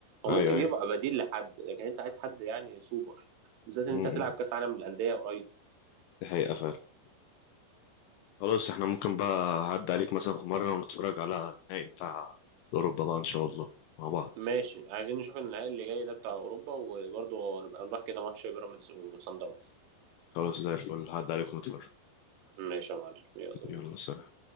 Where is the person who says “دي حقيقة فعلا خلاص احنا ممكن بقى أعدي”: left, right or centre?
Left